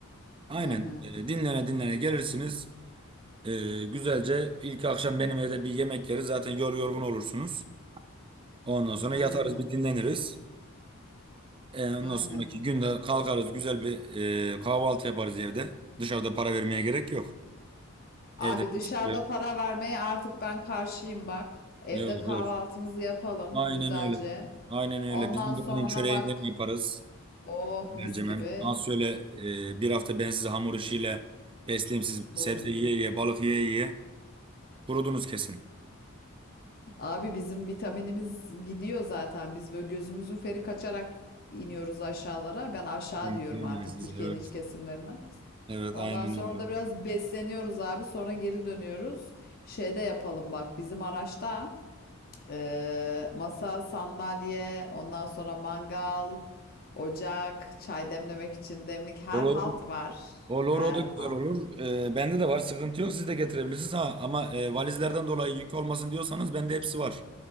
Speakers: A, on the right; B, on the left.
A: Aynen
B: Aynen,
A: e, dinlene dinlene gelirsiniz. E, güzelce ilk akşam benim evde bir yemek yeriz zaten yor yorgun olursunuz. Ondan sonra
B: aynen,
A: yatarız bir dinleniriz. E, ondan
B: aynen.
A: sonraki günde kalkarız güzel bir e, kahvaltı yaparız evde. Dışarıda para vermeye gerek yok. Evde
B: Abi
A: mis
B: dışarıda
A: gibi-
B: para vermeye artık ben karşıyım bak. Evde
A: yok
B: kahvaltımızı
A: yok.
B: yapalım
A: Aynen
B: güzelce.
A: öyle. Aynen öyle.
B: Ondan
A: Bizim
B: sonra
A: buranın çöreğinden
B: bak,
A: yaparız.
B: oh
A: Güzelce
B: mis gibi
A: Az şöyle e, bir hafta ben sizi hamur işiyle besleyeyim siz sebze
B: dolurum.
A: yiye yiye balık yiye yiye kurudunuz kesin.
B: Abi bizim vitaminimiz gidiyor zaten. Biz böyle gözümüzün feri kaçarak iniyoruz aşağılara. Ben aşağı
A: Diyorum
B: diyorum artık
A: ben size
B: Türkiye'nin
A: evet.
B: iç kesimlerine.
A: Evet
B: Ondan
A: aynen
B: sonra
A: öyle.
B: da biraz besleniyoruz abi. Sonra geri dönüyoruz. Şeyde yapalım bak bizim araçta eee, masa, sandalye, ondan sonra mangal, ocak, çay demlemek için demlik her
A: Olur.
B: halt var.
A: Olur
B: Her
A: o da güzel
B: halt.
A: olur. Ee, bende de var sıkıntı yok siz de getirebilirsiniz ha ama e, valizlerden dolayı yük olmasın diyorsanız bende hepsi var.